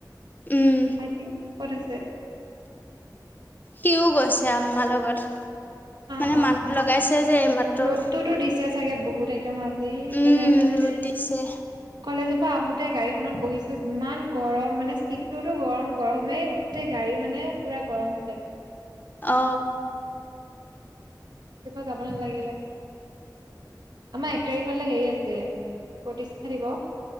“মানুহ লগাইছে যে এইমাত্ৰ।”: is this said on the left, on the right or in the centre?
Left